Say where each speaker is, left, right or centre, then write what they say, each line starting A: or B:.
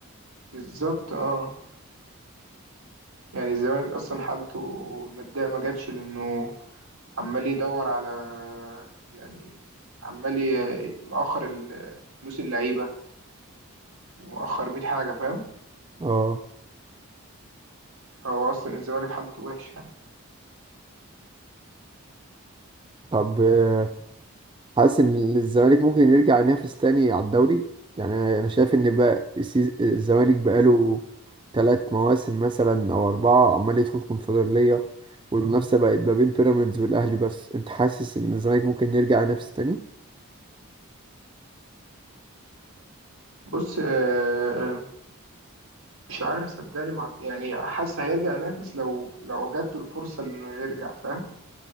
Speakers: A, on the right (about 80°); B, on the right (about 20°).
A: بالظبط اه يعني الزمالك اصلا حالته الماديه ما جاتش لانه عمال يدور على يعني عمال ي- مؤخر ال- فلوس اللعيبه ومؤخر 100 حاجه فاهم
B: اه
A: هو اصلا الزمالك حالته وحشه يعني
B: طب آه، حاسس ان الزمالك ممكن يرجع ينافس تاني على الدوري يعني انا أنا شايف ان بقى السيز- الزمالك بقاله ثلاث مواسم مثلا او اربعه عمال يدخل كونفدراليه مم. والمنافسه بقت ما بين بيراميدز والاهلي بس انت حاسس ان الزمالك ممكن يرجع ينافس تاني
A: بص آه، آه، مش عارف صدقني مع... يعني حاسس هيرجع ينافس لو لو جات له الفرصة انه يرجع فاهم